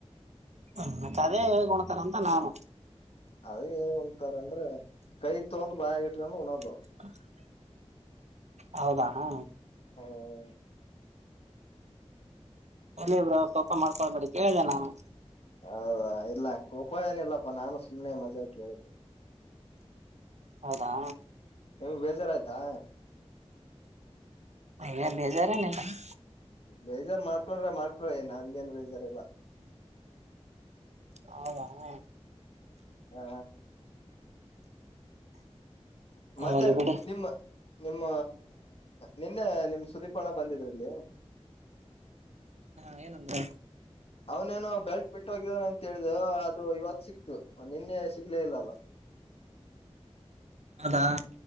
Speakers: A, on the right; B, on the left.
A: ಹ ಮತ್ತ್ ಅದೇ ಹೇಳ್ಕತಾರಂತ್ ನಾನು.
B: ಅದ ಹೇಗ್ ಅಂದ್ರೆ ಕೈ ತೊಂದ್ ಬಾಯಗಿಟ್ಕೊಂಡ್ ಉಣದು.
A: ಹ ಹೌದಾ ಹ
B: ಹ್ಮ್
A: ಎಲ್ಲಿ ಇರ್ಲಿ ಬ್ರೋ ಕೋಪ ಮಾಡ್ಕೊಳ್ಬೇಡಿ ಕೇಳಿದ್ ನಾನು.
B: ಹೌದಾ ಇಲ್ಲ ಕೋಪ ಏನ ಇಲ್ಲಪ್ಪ ನಾನು ಸುಮ್ನೆ ಮಜಾ ಕೇಳಿದ್ದೆ.
A: ಅದಾ
B: ನಿಮ್ಗ್ ಬೇಜಾರ್ ಆಯ್ತಾ.
A: ಅಯ್ ಬೇಜಾರಲ್ಲ. <inaudible>
B: ಬೇಜಾರ್ ಮಾಡ್ಕೊಂಡ್ರ ಮಾಡ್ಕೊಳಿ ನನ್ಗೇನ್ ಬೇಜಾರ್ ಇಲ್ಲ.
A: ಹೌದ ಹಾ
B: ಹಾ ಮತ್ತೇ
A: ಹೋಗ್ಲಿ ಬಿಡಿ
B: ನಿಮ್ಮ ನಿಮ್ಮ ನಿನ್ನೆ ನಿಮ್ ಸುದೀಪ್ ಹಣ್ಣ ಬಂದಿದ್ರಲ್ಲಿ.
A: ಹಾ ಏನಂದ್
B: ಅವನೇನು ಬೆಳ್ಟ್ ಬಿಟ್ಟೋಗಿದಾನ ಅಂತೇಳ್ದವು ಅದು ಇವತ್ ಸಿಕ್ತು ನಿನ್ನೆ ಸಿಗ್ಲೇ ಇಲ್ಲಲ್ಲ.
A: ಹೌದಾ